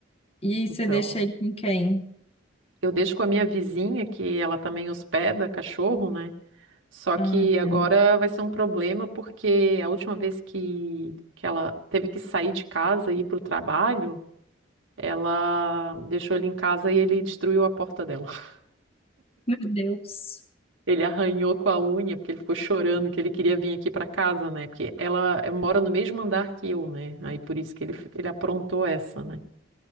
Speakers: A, on the left; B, on the right.
A: E aí você
B: Então
A: deixa ele com quem?
B: Eu deixo com a minha vizinha, que ela também hospeda cachorro, né? Só
A: Ah,
B: que agora
A: meu
B: vai ser um problema porque a última vez que, que ela teve que sair de casa e ir para o trabalho, ela deixou ele em casa e ele destruiu a porta dela. <laughs>
A: meu Deus.
B: Ele arranhou com a unha porque ele ficou chorando que ele queria vir aqui para casa, né? Porque ela eh, mora no mesmo andar que eu, né? Aí por isso que ele, ele aprontou essa, né?